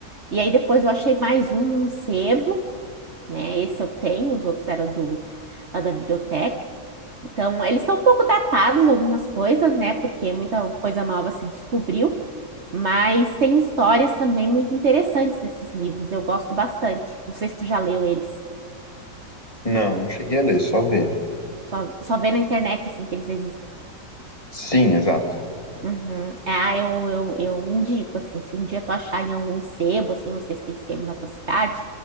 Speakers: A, on the right; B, on the left.
A: E aí depois eu achei mais um num sebo, né? Esse eu tenho, os outros eram do, lá da biblioteca. Então, eles estão um pouco datados, algumas coisas, né? Porque muita coisa nova se descobriu, mas tem histórias também muito interessantes nesses livros. Eu gosto bastante. Não sei se tu já leu eles.
B: Não, não cheguei a ler, só ver.
A: Só, só vê na internet, assim, que eles existem.
B: Sim, exato.
A: Uhum. É, Ah, eu, eu, eu indico, assim, se um dia tu achar em algum sebo, assim, não sei se tem sebo na tua cidade